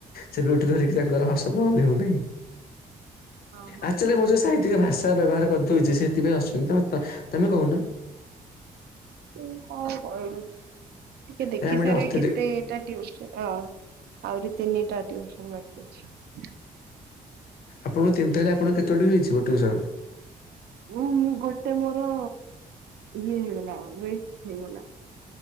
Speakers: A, on the left; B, on the right.
A: ସେବେଠୁ ଧରିକି ତାଙ୍କର ହସ ବନ୍ଦ ହଉନାହିଁ।
B: ହଁ ହଁ
A: ଆକଚୁଆଲି ମୁଁ ଯୋଉଁ ସାହିତ୍ୟିକ ଭାଷା ବ୍ୟବହାର କରିଦଉଛି ସେଥିପାଇଁ ହସୁଛନ୍ତି ତ ତମେ କହୁନ?
B: ମୁଁ କଣ କହିବି? ଟିକେ ଦେଖି
A: ଆରେ ଆମେ
B: ସାରେ
A: ଟିକେ ଅତ୍ୟଧିକ
B: କେତେଟା ଟିଉସନ ହଁ ଆହୁରି ତିନିଟା ଟିଉସନ ବାକି କି ଅଛି।
A: ଆପଣଙ୍କୁ ତିନିଟାରେ ଆପଣ କେତେଳେବେଳଠୁ ଯିବ ଟିଉସନ୍?
B: ଉ ମୁଁ ଗୋଟେ ମୋର ଇଏ ହେଇଗଲା ଲେଫ୍ଟ ହେଇଗଲା